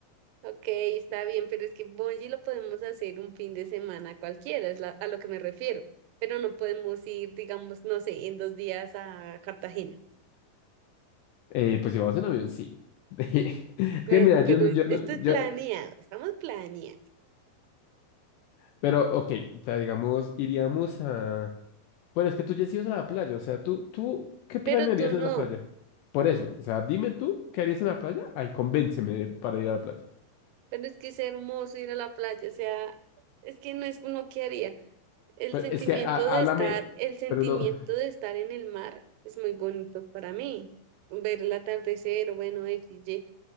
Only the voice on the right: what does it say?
Ok, está bien, pero es que Bonji lo podemos hacer un fin de semana cualquiera, es la- a lo que me refiero, pero no podemos ir, digamos, no sé, en dos días a Cartagena.
Bueno,
pero
es-
esto es
planeado, estamos planeando,
pero tú
no,
pero es que es hermoso ir a la playa, o sea, es que no es uno que haría. El
sentimiento
de
estar, el sentimiento
de estar en el mar es muy bonito para mí. Ver el atardecer, bueno, XY,